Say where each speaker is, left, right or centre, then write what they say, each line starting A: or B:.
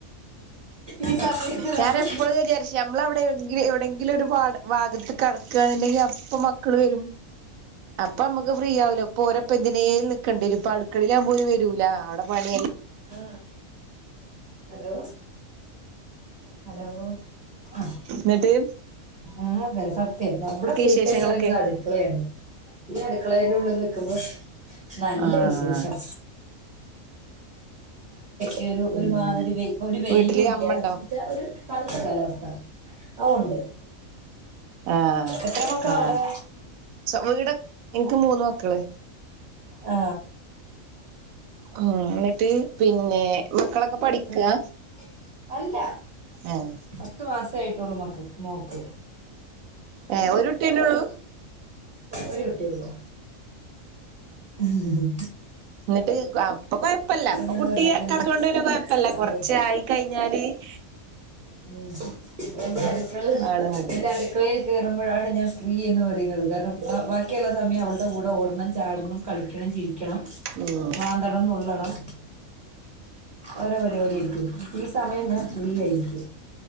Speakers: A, on the right; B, on the right.
A: ഈ സമയത്ത്
B: ഞാന്
A: നമ്മൾ
B: എപ്പളുങ്ങനെ വിചാരിച്ചും ഞമ്മളെ വിടെ എവിടെങ്കിലും ഒരു പാട് ഭാഗത്ത് കടക്കാന്നുണ്ടെങ്കിൽ അപ്പം മക്കള് വരും പ്പന്തിനെങ്കിലൊക്കെ നിക്കണ്ടി വരും അടുക്കളീലവുമ്പോ ഓല് വരൂലഅവിടെ പണി അല്ലെ
A: ആ ഹലോ ഹലോ ആ
B: ന്നട്ട്
A: ആ ന്ന് സത്യം നമ്മളെ ഫ്രീ
B: വിശേഷങ്ങളൊക്കെ
A: ടൈംന്ന് പറയുന്നത് അടുക്കളയാണ് ഈ അടുക്കളെന്റെ ഉള്ള് നികുമ്പോൾ നല്ല
B: ആഹ്
A: വിശേഷം ഈ ഒരു ഒരു
B: ഉം
A: മാതിരി ഒരു വയ്ലുല്ല
B: വീട്ടില് അമ്മണ്ടോ
A: ന്നാ ച്ചാ ഒരു തണുത്ത കാലാവസ്ഥ ഓ ഉണ്ട്
B: ആ
A: എത്ര മക്കളവിടെ
B: ആ സ്വന്തം വീട് എനിക്ക് മൂന്ന് മക്കള്
A: ആ
B: ഉം ന്നട്ട് പിന്നെ മക്കളോക്കെ പഠിക്കാ
A: ഉം. അല്ല
B: ആഹ്
A: പത്ത് മാസം ആയിട്ടുള്ളു മോൾക്
B: ഏ ഒരു കുട്ടിയന്നെ യുള്ളൂ
A: ഒരു കുട്ടിയുള്ളൂ ങ്‌ഹ് ഹ്
B: ന്നട്ട്ആ ഇപ്പ കൊയപ്പല്ല ഇപ്പ
A: ഞാൻ
B: കുട്ടി
A: പറഞ്ഞല്ലേ
B: കടക്കുന്നുണ്ട് കൊയപ്പല്ല കൊറച്ച്
A: അതെ
B: ആയി കയിഞ്ഞ ഞാാന് <inaudible>
A: ഉ എന്റെ അടുക്കളയി
B: ആള് വേണ്ടത്
A: എന്റെ അടുക്കളയിൽ കേയറു മ്പോഴാണ് ഞാൻ ഫ്രീ എന്ന് പറയുന്നത് കാരണം ബാക്കിയുള്ള സമയം അവളുടെ കൂടെ ഓടണം, ചാടണം, കളിക്കണം, ചിരിക്കണം,
B: ഉം
A: മാന്തണം, നുള്ളണം. ഓരോ പരിപാടി ആരിക്കും ഈ സമയം ഞാൻ ഫ്രീ ആയിരിക്കും.